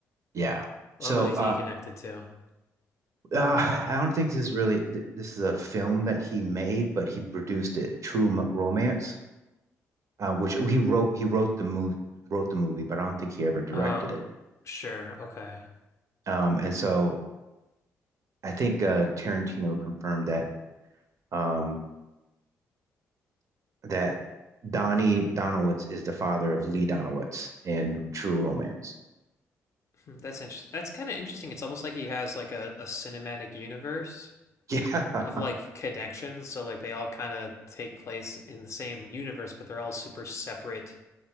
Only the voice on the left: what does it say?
What
movies
he connected to?
Oh,
sure, okay,
Hmm, that's interesting. That's kind of interesting. It's almost like he has like a, a cinematic universe.
of like connections. So like they all kind of take place in the same universe, but they're all super separate